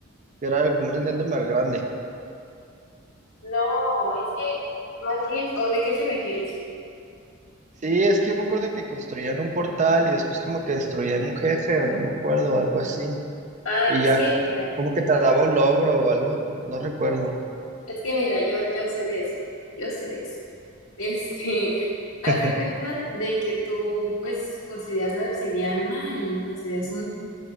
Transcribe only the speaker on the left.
No, es que más bien, ¿o de qué te refieres?
Ah,
es
que
mira,
es que mira, yo yo sé de eso, yo sé de eso. Este, <laughs> haz
de cuenta de que tú pues consideras la obsidiana y consideras